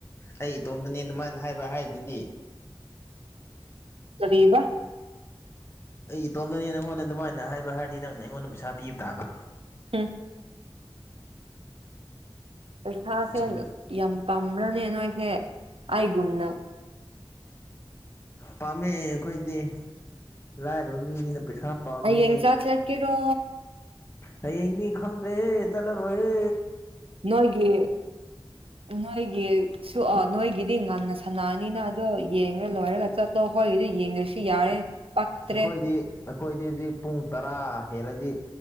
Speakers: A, on the left; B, on the right.
A: ꯑꯩ ꯏꯇꯣꯝꯗꯅꯦ ꯑꯗꯨꯃꯥꯏꯅ ꯍꯥꯏꯕ ꯍꯥꯏꯗꯨꯗꯤ
B: ꯔꯤꯕ
A: ꯑꯩ ꯏꯇꯣꯝꯗꯅꯦ ꯅꯪꯉꯣꯟꯗ ꯑꯗꯨꯃꯥꯏꯅ ꯍꯥꯏꯕ ꯍꯥꯏꯔꯗꯤ ꯅꯪꯅ ꯑꯩꯉꯣꯟꯗ ꯄꯩꯁꯥ ꯄꯤꯕ ꯇꯥꯕ
B: ꯎꯝ ꯄꯩꯁꯥꯁꯦ
A: ꯁꯨꯝ
B: ꯌꯥꯝ ꯄꯥꯝꯕ꯭ꯔꯅꯦ ꯅꯣꯏꯁꯦ ꯑꯩꯒꯨꯝꯅ
A: ꯄꯥꯝꯃꯦ ꯑꯩꯈꯣꯏꯗꯤ ꯂꯥꯏꯔꯕ ꯃꯤꯅꯤꯅ ꯄꯩꯁꯥ ꯍꯥ ꯄꯥꯝꯃꯦ
B: ꯍꯌꯦꯡ ꯆꯥꯛ ꯆꯠꯀꯦꯔꯣ
A: ꯍꯌꯦꯡꯗꯤ ꯈꯪꯗ꯭ꯔꯦꯍꯦ ꯆꯠꯂꯔꯣꯍꯦ
B: ꯅꯣꯏꯒꯤ ꯅꯣꯏꯒꯤ ꯁ ꯅꯣꯏꯒꯤꯗꯤ ꯉꯟꯅ ꯁꯥꯟꯅꯅꯤꯅ ꯑꯗꯣ ꯌꯦꯡꯉ ꯂꯣꯏꯔꯒ ꯆꯠꯇꯂꯣ ꯑꯩꯣꯏꯒꯤꯗꯤ ꯀꯁꯤ ꯌꯥꯔꯦ ꯄꯛꯇꯔꯦ
A: ꯑꯩꯈꯣꯏꯗꯤ ꯑꯩꯈꯣꯏꯗꯤ ꯍꯧꯖꯤꯛ ꯄꯨꯡ ꯇꯔꯥ ꯍꯦꯜꯂꯗꯤ